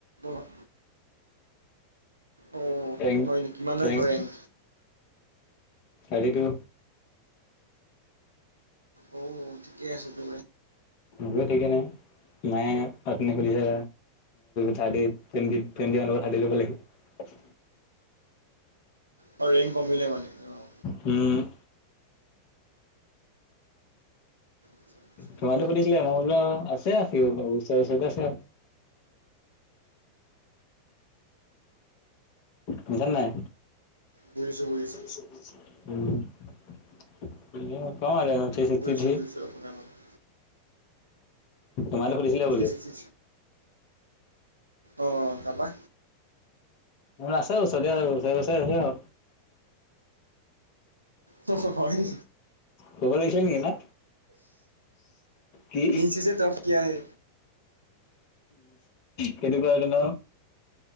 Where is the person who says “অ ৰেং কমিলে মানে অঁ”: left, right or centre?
Right